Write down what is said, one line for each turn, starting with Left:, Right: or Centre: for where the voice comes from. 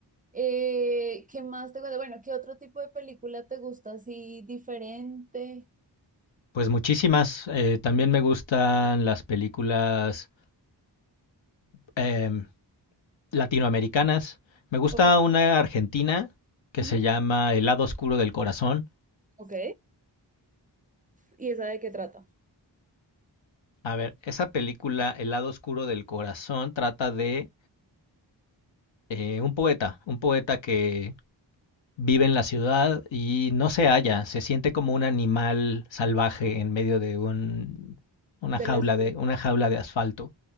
Right: Eh, ¿qué más te gusta? Bueno, ¿qué otro tipo de película te gusta así diferente?
Left: Pues muchísimas. Eh, también me gustan las películas em, latinoamericanas. Me gusta
Right: Ok.
Left: una argentina que
Right: Ujú,
Left: se llama El lado oscuro del corazón.
Right: Ok. ¿Y esa de qué trata?
Left: A ver, esa película, El lado oscuro del corazón, trata de eh, un poeta, un poeta que vive en la ciudad y no se halla, se siente como un animal salvaje en medio de un, una
Right: De
Left: jaula
Right: la ciudad.
Left: de, una jaula de asfalto.